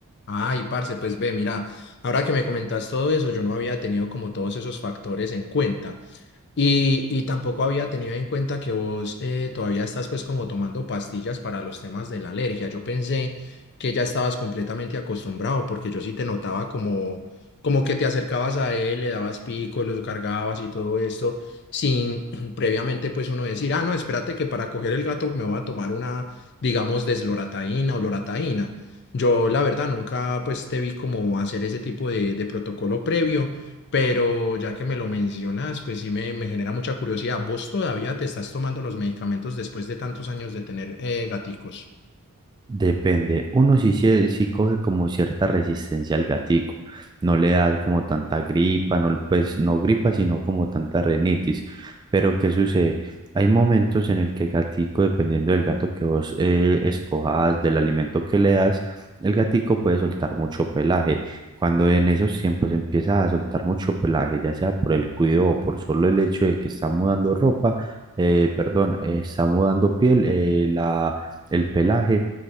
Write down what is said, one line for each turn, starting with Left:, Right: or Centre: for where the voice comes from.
Left: Ay, parce, pues ve, mira, ahora que me comentas todo eso, yo no había tenido como todos esos factores en cuenta. Y, y tampoco había tenido en cuenta que vos eh, todavía estás pues como tomando pastillas para los temas de la alergia. Yo pensé que ya estabas completamente acostumbrado porque yo sí te notaba como, como que te acercabas a él, le dabas picos, los cargabas y todo esto sin <clears throat> previamente pues uno decir, ah, no, espérate que para coger el gato me voy a tomar una, digamos, deslorataína o lorataína. Yo la verdad nunca pues te vi como hacer ese tipo de de protocolo previo. Pero ya que me lo mencionas, pues sí me, me genera mucha curiosidad. ¿Vos todavía te estás tomando los medicamentos después de tantos años de tener eh, gaticos?
Right: Depende. Uno sí, se- sí coge como cierta resistencia al gatico. No le da como tanta gripa, no, pues no gripa, sino como tanta renitis. Pero ¿qué sucede? Hay momentos en el que el gatico, dependiendo del gato que vos eh, escojas, del alimento que le das, el gatico puede soltar mucho pelaje. Cuando en esos tiempos empieza a soltar mucho pelaje, ya sea por el cuidado o por solo el hecho de que está mudando ropa, eh, perdón, eh, está mudando piel, eh, la, el pelaje